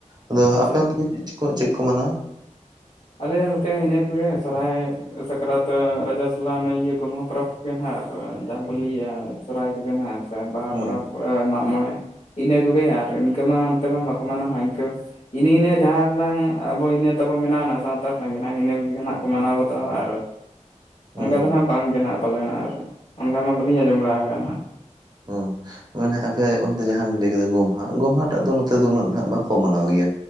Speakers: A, on the right; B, on the left.
A: ᱟᱫᱚ
B: ᱟᱪᱪᱷᱟ
A: ᱟᱯᱮ ᱚᱱᱛᱮ ᱜᱮ ᱪᱮᱫ ᱠᱚ ᱪᱮᱫ ᱠᱚ ᱢᱟᱱᱟᱣᱟ᱾
B: ᱟᱞᱮ ᱱᱚᱛᱮ ᱦᱚᱸ ᱤᱱᱟᱹ ᱠᱚ ᱜᱮ ᱥᱚᱦᱨᱟᱭ᱾ ᱥᱟᱠᱨᱟᱛ ᱨᱟᱡᱟᱥᱟᱞᱟ ᱚᱱᱮ ᱤᱭᱟᱹ ᱜᱚᱢᱦᱟ ᱯᱚᱨᱚᱵᱽ ᱠᱚᱜᱮ ᱦᱟᱸᱜ ᱟᱨ ᱡᱟᱦᱟᱸ ᱵᱚᱱ ᱞᱟᱹᱭᱟ ᱥᱚᱦᱨᱟᱭ ᱠᱚᱜᱮ ᱦᱟᱜ᱾ ᱵᱟᱦᱟ
A: ᱦᱩᱸ
B: ᱯᱚᱨᱚᱵᱽ ᱢᱟᱜ ᱢᱚᱬᱮ ᱤᱱᱟᱹ ᱠᱚᱜᱮ ᱟᱨ ᱤᱱᱠᱟᱹ ᱢᱟ ᱚᱱᱛᱮ ᱢᱟ ᱵᱟᱠᱚ ᱢᱟᱱᱟᱣᱟ ᱤᱱᱠᱟᱹ᱾ ᱤᱱᱟᱹ ᱤᱱᱟᱹ ᱡᱟᱦᱟᱸ ᱨᱮᱱᱟᱝ ᱟᱵᱚ ᱤᱱᱟᱹ ᱛᱟᱵᱚ ᱢᱮᱱᱟ, ᱥᱟᱶᱛᱟ ᱨᱮᱱᱟᱜ ᱜᱮ ᱱᱟᱦᱟᱜ ᱤᱱᱟᱹ ᱠᱚᱜᱮ ᱱᱟᱦᱟᱜ ᱠᱚ ᱢᱟᱱᱟᱣ ᱵᱟᱛᱟᱣᱟ ᱟᱨ
A: ᱦᱩᱸ
B: ᱚᱱᱠᱟ ᱫᱚ ᱱᱟᱦᱟᱜ ᱵᱟᱝ ᱜᱮ? ᱱᱟᱦᱟᱜ ᱯᱟᱞᱮᱱ ᱟᱨ ᱚᱱᱠᱟ ᱢᱟ ᱵᱟᱹᱞᱤᱧ ᱟᱸᱡᱚᱢ ᱵᱟᱲᱟ ᱠᱟᱫᱟ ᱦᱟᱸᱜ᱾
A: ᱦᱚᱸ, ᱢᱟᱱᱮ ᱟᱯᱮ ᱚᱱᱛᱮ ᱡᱟᱦᱟᱸᱢ ᱞᱟᱹᱭ ᱠᱮᱫᱟ ᱜᱚᱢᱦᱟ ᱜᱚᱢᱦᱟ ᱴᱟᱜ ᱫᱚ ᱱᱚᱛᱮ ᱫᱚ ᱩᱱᱟᱹᱜ ᱫᱚ ᱦᱟᱸᱜ ᱵᱟᱠᱚ ᱢᱟᱱᱟᱣ ᱜᱮᱭᱟ᱾